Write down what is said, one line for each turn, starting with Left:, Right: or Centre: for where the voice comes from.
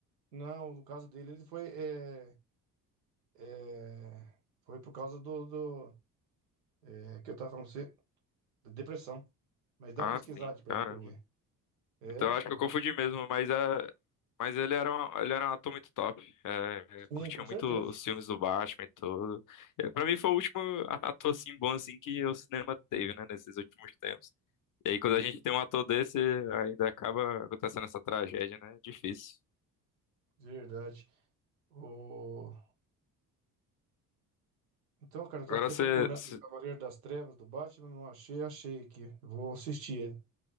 Right: não, no caso dele ele foi, é, é, foi por causa do, do é, que eu tava falando pra você, da depressão. Mas dá
Left: Ah,
Right: uma pesquisada
Left: sim,
Right: pra
Left: caramba.
Right: você ver. É,
Left: Então acho que eu confundi mesmo, mas é, mas ele era um, ele era um ator muito top. É, é,
Right: sim,
Left: curtia
Right: com
Left: muito
Right: certeza.
Left: os filmes do Batman e tudo. É, para mim foi o último ator assim bom assim que o cinema teve, né, nesses últimos tempos. E aí, quando a gente tem um ator desse, ainda acaba acontecendo essa tragédia, né? Difícil.
Right: De Verdade. O... Então, cara, eu tô
Left: Agora
Right: até
Left: você.
Right: procurando
Left: se-
Right: o Cavaleiro das Trevas do Batman, não achei, achei aqui. Eu vou assistir ele.